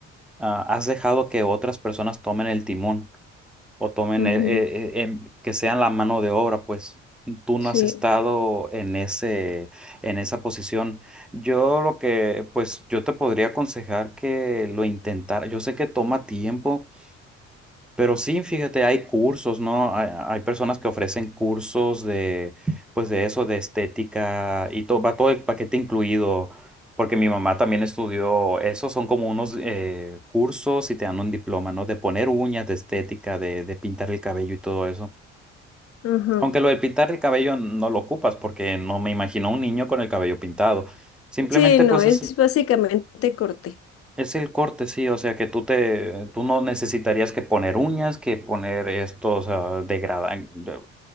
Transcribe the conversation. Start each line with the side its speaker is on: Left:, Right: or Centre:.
Centre: ah, has dejado que otras personas tomen el timón o tomen,
Left: ujú,
Centre: e- e- e- em, que sean la mano de obra, pues tú no
Left: sí,
Centre: has estado en ese, en esa posición. Yo lo que, pues yo te podría aconsejar que lo intentara. Yo sé que toma tiempo pero sí, fíjate, hay cursos, ¿no? Hay, hay personas que ofrecen cursos de, pues de eso, de estética y todo, va todo el paquete incluido, porque mi mamá también estudió eso, son como unos eh, cursos y te dan un diploma, ¿no? De poner uñas, de estética, de, de pintar el cabello y todo eso.
Left: ajá.
Centre: Aunque lo de pintar el cabello no lo ocupas, porque no me imagino un niño con el cabello pintado. Simplemente,
Left: Sí, no,
Centre: pues
Left: es
Centre: es
Left: básicamente corte.
Centre: es el corte, sí, o sea que tú te, tú no necesitarías que poner uñas, que poner estos ah, degradan- de-